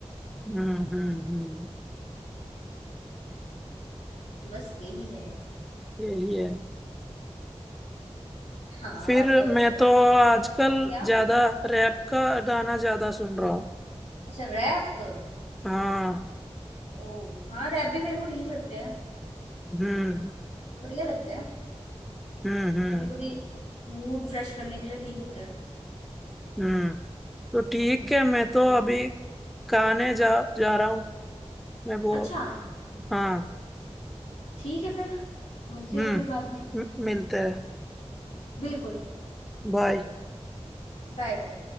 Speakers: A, in the centre; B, on the left (about 85°).
A: हम्म हम्म हम्म
B: बस यही है
A: यही है
B: हाँ
A: फिर
B: अब
A: मैं तो आजकल
B: क्या
A: ज्यादा रैप का गाना ज्यादा सुन रहा हूँ
B: अच्छा रैप
A: हाँ
B: ओ हाँ रैप भी मेरे को ठीक लगते हैं
A: हम्म
B: बढ़िया लगते हैं
A: हम्म हम्म
B: कभी कभी मूड फ्रेश करने के लिए ठीक होता है
A: हम्म तो ठीक है
B: सुन
A: मैं
B: सकते
A: तो
B: हैं हम।
A: अभी खाने जा जा रहा हूँ मैं वो
B: अच्छा
A: हाँ
B: ठीक है फिर मिलते
A: हम्म
B: हैं फिर बाद में
A: मि- मिलते हैं
B: बिल्कुल
A: बाय
B: Bye bye